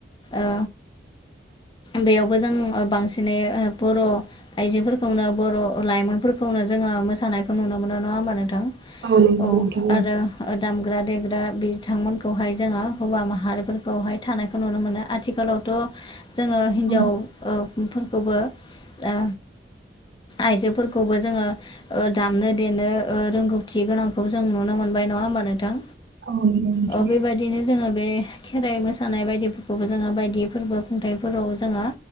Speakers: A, on the left; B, on the right.
A: ओ बेयावबो जों बांसिनै ओ बर' आइजोफोरखौनो बर' लाइमोनफोरखौ नो जोङो मोसानायखौ नुनो मोनो नङा होनबा नों
B: नंगौ
A: औ
B: नोंथां
A: आरो दामग्रा देग्रा बिथांमोनखौहाय जोङो हौवा माहारिफोरखौहाय थानायखौ नुनो मोनो आथिखालावथ' जोङो हिनजाव
B: औ
A: ओ फोरखौबो आ आइजोफोरखौबो जोङो ओ दामनो देनो ओ रोंगौथि गोनांखौ जों नुनो मोन बाय नङा होमबा नोंथां
B: औै <unintelligible>
A: ओ बेबायदिनो जोङो बे खेराइ मोसानाय बायदिफोरखौबो जोङो बायदि फोरबो खुंथाइफोराव जोङा